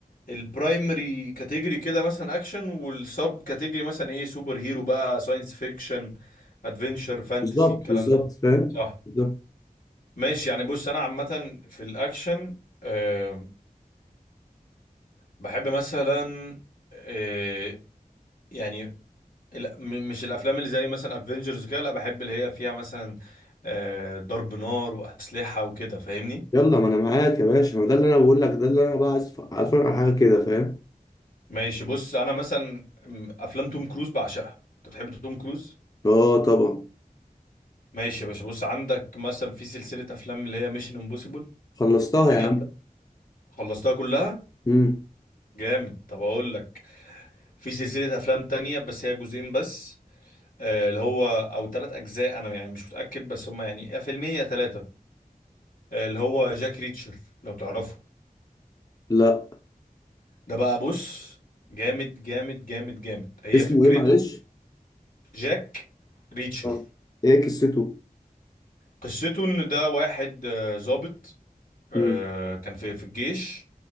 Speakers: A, on the left; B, on the left.
A: البرايمري كاتيجوري كده مثلا اكشن والسب كاتيجوري مثلا ايه سوبر هيرو بقى ساينس فيكشن ادفنشر فانتسي
B: بالظبط
A: الكلام
B: بالظبط
A: ده
B: فاهم
A: صح
B: بالظبط
A: ماشي يعني بص انا عامة في الاكشن آه بحب مثلا آه يعني ال- م- مش الافلام اللي زي مثلا افنجرز كده لا بحب اللي هي فيها مثلا آه ضرب نار واسلحة وكده فاهمني
B: يلا ما انا معاك يا باشا ما ده اللي انا بقول لك ده اللي انا بقى عايز أتف- عايز اتفرج على حاجة كده فاهم
A: ماشي بص انا مثلا م- افلام توم كروز بعشقها انت بتحب توم كروز
B: اه طبعا
A: ماشي يا باشا بص عندك مثلا في سلسله افلام اللي هي ميشن امبوسيبل
B: خلصتها
A: دي
B: يا
A: جامده
B: عم
A: خلصتها كلها
B: مم.
A: جامد طب اقول لك في سلسله افلام تانية بس هي جزئين بس آه، اللي هو او ثلاث اجزاء انا يعني مش متاكد بس هم يعني يا فيلمين يا ثلاثه اللي هو جاك ريتشر لو تعرفه
B: لا
A: ده بقى بص جامد جامد جامد جامد هي
B: اسمه
A: فكرته
B: ايه معلش
A: جاك ريتشر
B: آه. ايه قصته
A: قصته ان ده واحد آه، ظابط آه،
B: مم.
A: كان في في الجيش